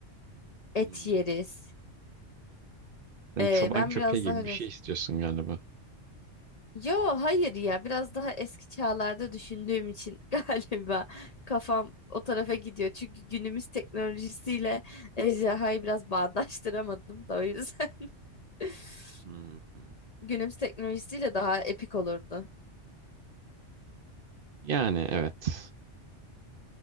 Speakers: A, on the left; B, on the right.
A: et
B: Hmm,
A: yeriz.
B: Sen
A: E,
B: çoban
A: ben
B: köpeği
A: biraz
B: gibi
A: daha öyle
B: bir şey istiyorsun galiba.
A: Yo hayır ya biraz daha eski çağlarda düşündüğüm için <laughs> galiba kafam o tarafa gidiyor. Çünkü günümüz teknolojisiyle ejderhayı biraz bağdaştıramadım da o yüzden. <laughs>
B: hmm, hmm.
A: Günümüz teknolojisiyle daha epik olurdu.
B: Yani evet.